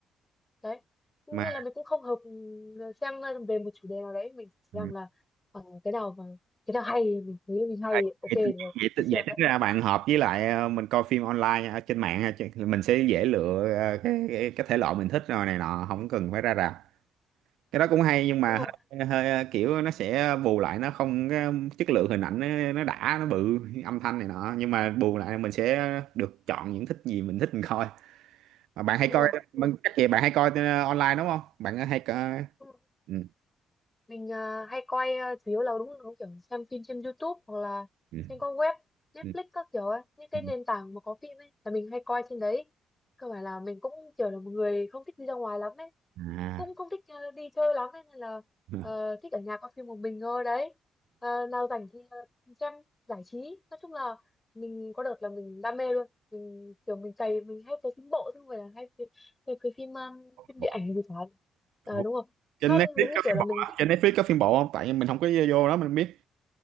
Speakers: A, on the left; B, on the right.
A: đấy nên
B: Mà
A: là mình cũng không hợp ừm, xem về một chủ đề nào đấy mình chỉ rằng
B: ừ.
A: là ờ, cái nào mà cái nào hay thì mình thấy mình hay
B: Ai-
A: ok
B: vậy, tính-
A: rồi
B: vậy,
A: đi
B: tính-
A: xem
B: vậy tính
A: đấy
B: ra bạn hợp với lại à, mình coi phim online ở trên mạng á, chứ Mình sẽ dễ lựa à, cái, cái, cái thể loại mình thích rồi này nọ Không cần phải ra rạp cái đó cũng hay nhưng mà
A: đúng rồi
B: hơi, hơi kiểu nó sẽ bù lại nó không cái chất lượng hình ảnh nó, nó đã nó bự âm thanh này nọ nhưng mà bù lại mình sẽ được chọn những thích gì mình thích mình coi mà bạn hay
A: đúng
B: coi
A: rồi
B: bạn,
A: đúng rồi,
B: chắc gì bạn hay coi ờ, online đúng không bạn hay coi
A: đúng rồi.
B: ừ,
A: mình à, hay coi à, chủ yếu là đúng đúng kiểu xem phim trên YouTube hoặc là
B: ừ,
A: trên các web Netflix
B: ừ,
A: các kiểu ấy những cái
B: ừ.
A: nền tảng mà có phim ấy là mình hay coi trên đấy cơ bản là mình cũng kiểu là một người không thích đi ra ngoài lắm ấy
B: à
A: cũng không thích ờ, đi chơi lắm nên là
B: ừ.
A: ờ, thích ở nhà coi phim một mình thôi đấy Ờ, nào rảnh thì ờ, xem giải trí nói chung là mình có đợt là mình đam mê luôn mình kiểu mình cày mình hay cày phim bộ chứ không phải là hay cày, cày, cày phim um, phim
B: bộ
A: điện ảnh gì cả Ờ,
B: <laughs>
A: đúng rồi
B: trên
A: nó
B: Netflix
A: giống như
B: có
A: kiểu
B: phim
A: là
B: bộ
A: mình
B: hả?
A: thích
B: trên Netflix có phim bộ không tại vì mình không có vô đó mình không biết